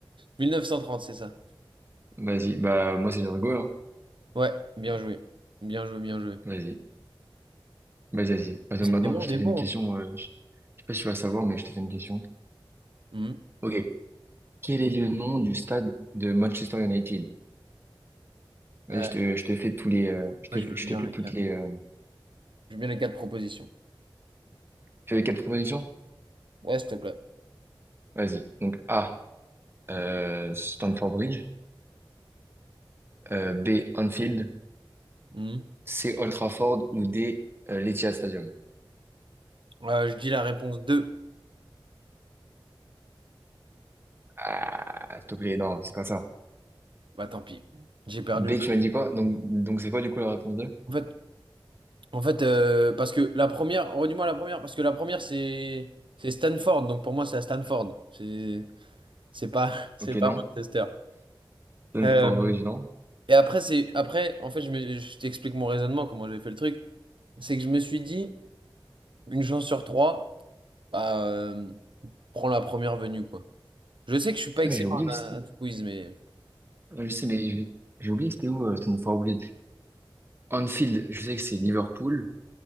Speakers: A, on the right; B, on the right.
A: mille neuf cent trente c'est ça.
B: Vas-y. Bah, moi, c'est l'Uruguay, hein.
A: Ouais, bien joué. Bien joué, bien joué.
B: Vas-y. Bah, vas-y. Attends,
A: Décidément,
B: maintenant, je
A: on est
B: te fais
A: bon.
B: une question. euh, je je sais pas si tu vas savoir, mais je te fais une question.
A: hein. Mhm.
B: Ok. Quel est le nom du stade de Manchester United? Vas-y,
A: Euh,
B: je te, je te fais tous les, euh, je
A: moi,
B: te,
A: je
B: fais-
A: veux
B: je
A: bien
B: te fais
A: les
B: toutes
A: quatre.
B: les, euh,
A: Je veux bien les quatre propositions.
B: tu veux quatre propositions?
A: Ouais, s'il te plaît.
B: Vas-y. Donc, A, euh, Stamford Bridge, euh, B, Anfield,
A: Mhm.
B: C, Old Trafford ou D, euh, l'Etihad Stadium.
A: Euh, je dis la réponse deux
B: Ah, s'il te plaît, non, c'est pas ça.
A: Bah, tant pis. J'ai perdu.
B: B, tu m'as dit quoi? Donc, donc c'est quoi du coup la réponse deux
A: En fait, en fait euh, parce que la première, redis-moi la première, parce que la première, c'est c'est Stanford. Donc, pour moi, c'est à Stanford. C'est c'est pas, <laughs> c'est
B: Ok,
A: pas
B: non.
A: Manchester.
B: Stamford
A: Euh,
B: Bridge, non.
A: Et après, c'est après, en fait, je, me- je t'explique mon raisonnement, comment j'ai fait le truc. C'est que je me suis dit, une chance sur trois, bah, euh, prends la première venue, quoi. Je sais que je suis pas
B: Putain,
A: excellent
B: mais j'ai oublié que
A: à,
B: c'était,
A: à ce quiz, mais.
B: Euh, je sais, mais j'ai j'ai oublié que c'était où, euh, Stamford Bridge. Anfield, je sais que c'est Liverpool.